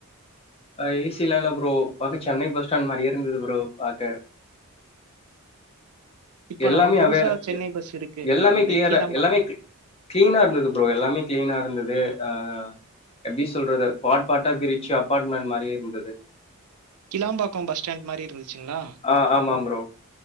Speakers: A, on the left; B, on the right.
A: அது ஏசிலா இல்ல ப்ரோ பாக்க சென்னை பஸ் ஸ்டாண்ட் மாரியே இருந்தது ப்ரோ பாக்க
B: இப்ப
A: எல்லாமே
B: நம்ம புதுசா
A: அவேல
B: சென்னை
A: எ
B: பஸ் இருக்கு இல்ல
A: எல்லாமே
B: இந்த
A: கிளியரா
B: கீழாம்பாக்கம்
A: எல்லாமே க் கிளீனா இருந்தது ப்ரோ எல்லாமே கிளீனா இருந்துது ஆ எப்டி சொல்றது பாட் பாட்டா பிரிச்சி அபாட்மெண் மாரி இருந்தது
B: கிளாம்பாக்கோ பஸ் ஸ்டாண்ட் மாரி இருந்துச்சுங்ளா
A: ஆ ஆமா ப்ரோ